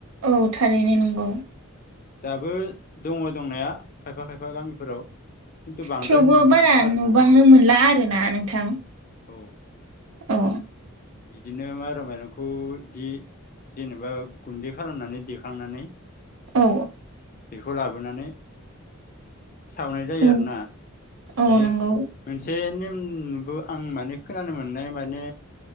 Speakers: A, on the right; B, on the left.
A: औ थारैनो नंगौ
B: दाबो दङ दंनाया खायफा खायफा गामिफोराव खिन्थु बांद्राय
A: थेवबो
B: नुनो
A: बारा
B: मोनला आरोना
A: नुबांनो मोनला आरो ना नोंथां
B: औ
A: औ
B: बिदिनो माइरं माइरंखौ बिदि जे-जेनेबा गुन्दै खालामनानै देखांनानै
A: औ
B: बेखौ लाबोनानै सावनाय जायो
A: औ
B: आरो ना ओमफ्राय
A: औ नंगौ
B: मोनसे नेम ओं नंगौ आं माने खोनानो मोननाय माने